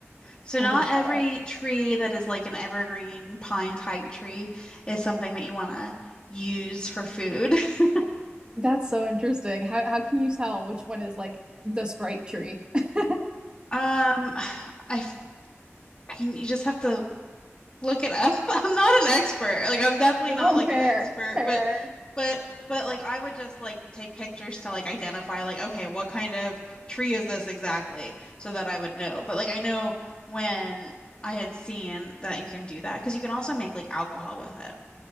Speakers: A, on the left (about 25°); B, on the right (about 25°).
A: So
B: I
A: not
B: didn't know
A: every
B: that.
A: tree that is like an evergreen pine type tree is something that you want to use for food. <laughs>
B: That's so interesting. How how can you tell which one is like the Sprite tree? <laughs>
A: Um, <sighs> I, f- I mean, you just have to look it up. <laughs> I'm not an expert. Like, I'm definitely not
B: Oh,
A: like
B: fair,
A: an expert,
B: fair.
A: but, but, but like, I would just like take pictures to like identify like, okay, what kind of tree is this exactly, so that I would know. But like, I know when I had seen that you can do that because you can also make like alcohol with it.